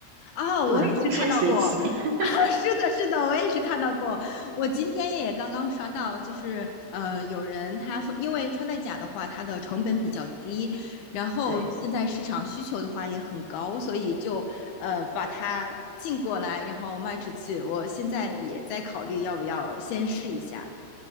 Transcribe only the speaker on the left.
哦，我也是看到过，
<laughs> 是的，是的，我也是看到过。我今天也刚刚刷到，就是呃，有人他说，因为穿戴甲的话，它的成本比较低，然后现在市场需求的话也很高，
所以就呃把它进过来，然后卖出去。我现在也在考虑要不要先试一下。